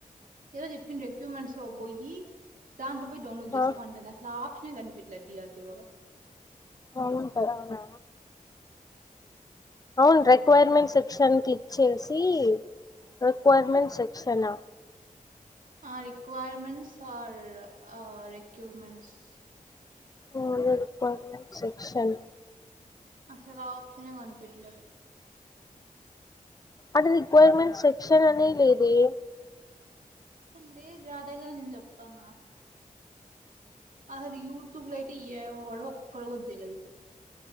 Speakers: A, on the right; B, on the left.
A: ఏదో జప్పెక్యూమెంట్స్ పోయి దాన్ పోయి డౌన్లోడ్
B: ఆ
A: చేసుకో అంటది అసలు యాప్ కష్ని గనిపిట్ల దయాదివాాల <unintelligible>
B: అవుంట అవునా అవును రిక్వైర్మెంట్ సెక్షన్ క్లిక్ చేసి రిక్వైర్మెంట్స్ సెక్షన
A: ఆ రక్వైర్మెంట్స్ ఆ ఆ రిక్యూమెంట్స్
B: ఓ రిక్వైర్మెంట్ సెక్షన్
A: అసలు ఆ ఆప్షనే కాను ఇట్లనె
B: అంటే రిక్వైర్మెంట్ సెక్షన్ అనే లేదే
A: అసలులేదు రా అదే గద నేను చెప్తన్న అసలు యూట్యూబ్ లో అయితే ఏ వడు ఒక్కడు కూడా చ్చయలే విజు